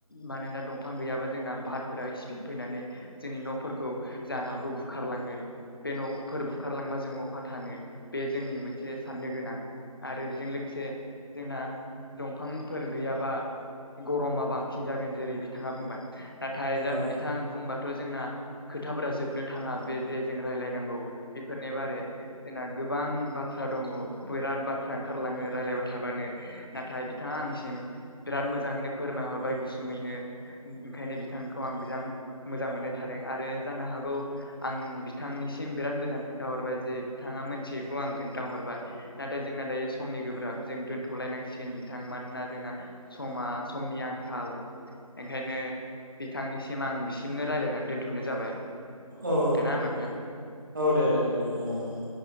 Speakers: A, on the left; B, on the right.
A: मानोना दंफां गैयाबा जोंना बारफोरा स्पिड फैनानै जोंनि न'फोरखौ जानांगौ बुखारलांगोन बे न'फोर बुखारलांबा जों अबहा थानो बे जोंनि मोनसे साननो गोनां। आरो बेजों लोगोसे जोंना दंफांफोर गैयाबा गरमा बांसिन जागोन जेरै बिथाङा बुंबाय। नाथाय
B: औ
A: जा बिथां बुंबाथ' जोंना खोथाफोरा जोबनो थाङा बे जे जों रायलायनांगौ बेफोरनि बारे जोंना गोबां बाथ्रा दङ बिराद बाथ्रा ओंखारलाङो रायज्लायबाय थाबानो नाथाय बिथाङा आंनिसिम बिराद मोजाङैनो फोरमायहरबाय गुसुङैनो ओंखायनो बिथांखौ आं बेजां मोजां मोननाय थादों आरो जानो हागौ आं बिथांनिस सिम बिराद मोजां खोन्थाहरबाय जे बिथाङा मोनथियैखौ आं खोन्थाहरबाय। नाथाय जोंना दायो समनि गोब्राब जों दोनथ'लायनांसिगोन बिथां मानोना जोंना समा समनि आंखाल ओंखायनो बिथांनिसिम आं बिसिमनो रायज्लायनानै दोन्थ'नाय जाबाय
B: औ
A: दोना होमबा बिथां
B: औ दे दे गोजोनथों औ